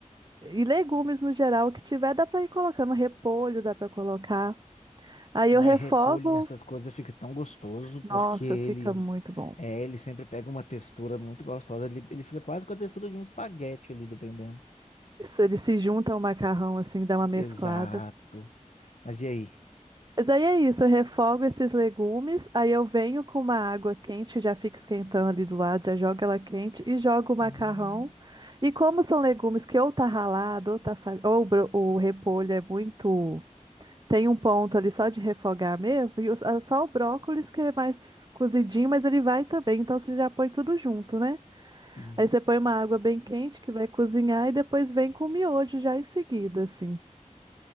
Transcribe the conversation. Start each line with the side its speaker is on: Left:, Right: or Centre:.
Right: E legumes no geral, o que tiver, dá pra ir colocando. Repolho dá pra colocar. Aí
Left: Nós
Right: eu refogo.
Left: repolho nessas coisas fica tão gostoso porque
Right: Nossa,
Left: ele
Right: fica muito bom.
Left: é, ele sempre pega uma textura muito gostosa. Ele, ele fica quase com a textura de um espaguete ali, dependendo.
Right: Isso, ele se junta ao macarrão, assim, dá uma mesclada.
Left: Exato. Mas e aí?
Right: Mas aí é isso, eu refogo esses legumes, aí eu venho com uma água quente, já fica esquentando ali do lado, já jogo ela quente e jogo o macarrão.
Left: Hum,
Right: E como são legumes que ou tá ralado, ou tá fa... ou o bro- o repolho é muito Tem um ponto ali só de refogar mesmo, e o- ah, só o brócolis que é mais cozidinho, mas ele vai também, então você já põe tudo junto, né?
Left: Sim.
Right: Aí você põe uma água bem quente que vai cozinhar e depois vem com o miojo já em seguida, assim.